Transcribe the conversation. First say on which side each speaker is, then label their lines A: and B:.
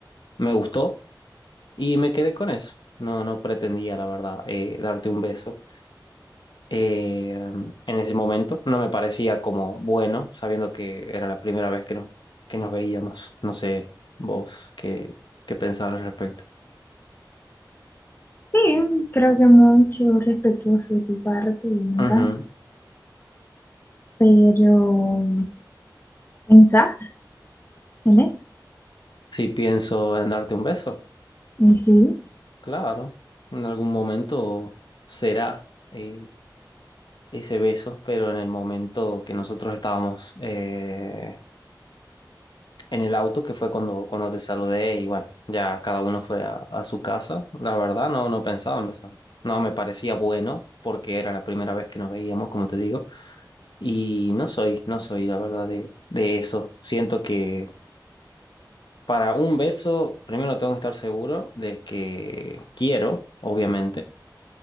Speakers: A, on the left (about 75°); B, on the left (about 30°).
A: Me gustó y me quedé con eso. No, no pretendía, la verdad, eh, darte un beso. eh, en ese momento no me parecía como bueno, sabiendo que era la primera vez que, no, que nos veíamos. No sé vos qué, qué pensabas al respecto.
B: Sí, creo que mucho respetuoso de tu parte y me encanta.
A: Ujú.
B: Pero, ¿pensás en eso?
A: Si pienso en darte un beso,
B: Y sí,
A: claro, en algún momento será. eh, ese beso, pero en el momento que nosotros estábamos eh, en el auto, que fue cuando, cuando te saludé y bueno, ya cada uno fue a, a su casa, la verdad no, no pensaba en besarte. No me parecía bueno porque era la primera vez que nos veíamos, como te digo, y no soy, no soy la verdad de, de eso. Siento que para un beso, primero tengo que estar seguro de que quiero, obviamente